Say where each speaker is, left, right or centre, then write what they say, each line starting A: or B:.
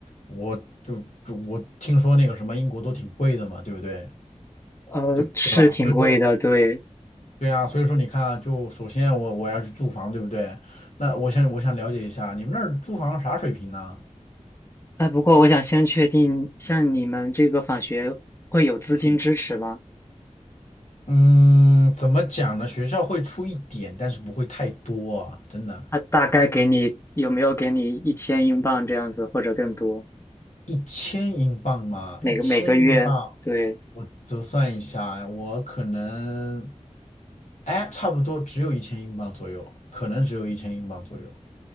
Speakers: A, on the left; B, on the left.
A: 我就就我听说那个什么英国都挺贵的嘛，对不对？
B: 呃，
A: 就对吧？
B: 是挺贵的，
A: 所以说。
B: 对，
A: 对啊，所以说你看啊，就首先我我要去租房，对不对？那我想我想了解一下，你们那儿租房啥水平呢？
B: 哎，不过我想先确定，像你们这个访学会有资金支持吗？
A: 嗯，嗯，怎么讲呢？学校会出一点，但是不会太多啊，真的。
B: 他大概给你有没有给你一千英镑这样子，或者更多？
A: 一千英镑吗？
B: 每个每个月，
A: 一千英镑，
B: 对。
A: 我折算一下，我可能，哎，差不多只有一千英镑左右，可能只有一千英镑左右。